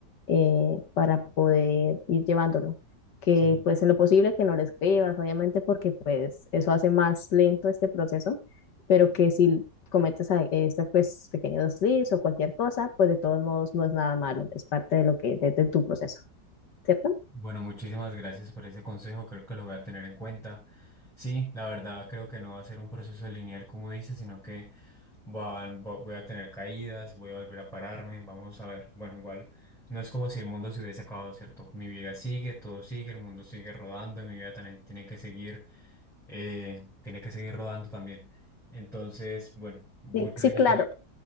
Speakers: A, on the left; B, in the centre.
A: eh, para poder ir llevándolo. Que
B: Sí.
A: pues en lo posible que no lo escribas, obviamente, porque pues eso hace más lento este proceso, pero que si cometes a- este pues pequeño desliz o cualquier cosa, pues de todos modos no es nada malo, es parte de lo que, de de tu proceso, ¿cierto?
B: Bueno, muchísimas gracias por ese consejo, creo que lo voy a tener en cuenta. Sí, la verdad creo que no va a ser un proceso lineal como dices, sino que van- vo- voy a tener caídas, voy a volver a pararme, vamos a ver. Bueno, igual no es como si el mundo se hubiese acabado, ¿cierto? Mi vida sigue, todo sigue, el mundo sigue rodando y mi vida también tiene que seguir, eh, tiene que seguir rodando también. Entonces, bueno, muchas
A: Sí, sí,
B: gracias.
A: claro,